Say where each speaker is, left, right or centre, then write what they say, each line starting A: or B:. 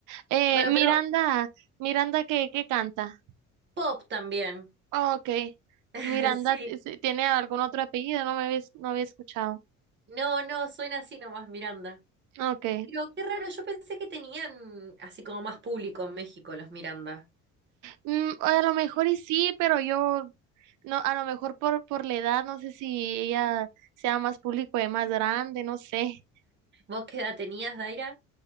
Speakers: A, on the right; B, on the right.
A: Eh,
B: Bueno,
A: Miranda,
B: pero
A: Miranda, ¿qué, qué canta?
B: pop también.
A: Oh, Ok.
B: <laughs>
A: Miranda,
B: Sí.
A: t- sí, ¿tiene algún otro apellido? No me había, no había escuchado.
B: No, no, suena así nomás, Miranda.
A: Ok.
B: Pero qué raro, yo pensé que tenían así como más público en México los Miranda.
A: Mm, a lo mejor y sí, pero yo no, a lo mejor por, por la edad, no sé si ella sea más público y más grande, no sé.
B: ¿Vos qué edad tenías, Daira?